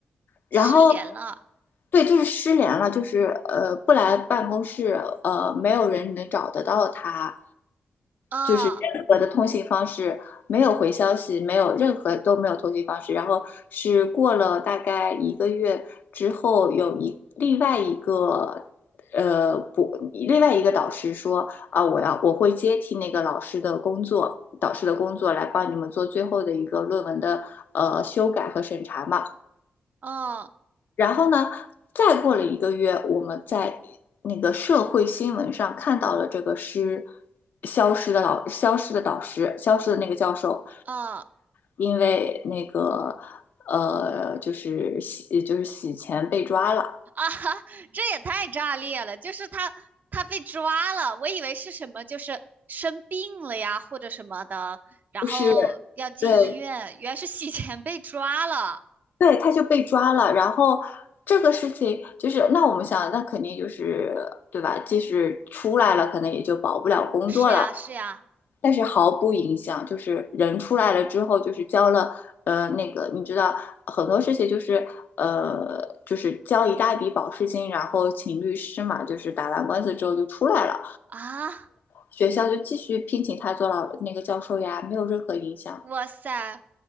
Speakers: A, on the left (about 70°); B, on the right (about 55°).
A: 然后
B: 失联了
A: 对，就是失联了，就是呃不来办公室，呃没有人能找得到他。
B: 啊
A: 就是任何的通信方式没有回消息，没有任何都没有通信方式。然后是过了大概一个月之后，有一另外一个呃不，另外一个导师说啊，我要我会接替那个老师的工作，导师的工作来帮你们做最后的一个论文的呃修改和审查嘛。
B: 啊啊！
A: 然后呢，再过了一个月，我们在那个社会新闻上看到了这个失消失的老消失的导师，消失的那个教授，
B: 哦
A: 因为那个呃，就是洗就是洗钱被抓了，
B: <laughs> 啊哈，<laughs> 这也太炸裂了！就是他他被抓了，我以为是什么，就是生病了呀，或者什么的，然后要进医院，
A: 就是对
B: 原来是洗钱被抓了。
A: 对，他就被抓了。然后这个事情就是那我们想，那肯定就是对吧？即使出来了，可能也就保不了工作了。
B: 是呀，是呀，
A: 但是毫不影响，就是人出来了之后，就是交了，呃，那个你知道很多事情就是，呃，就是交一大笔保释金，然后请律师嘛，就是打完官司之后就出来了，
B: 啊，
A: 学校就继续聘请他做老那个教授呀，没有任何影响。
B: 哇塞，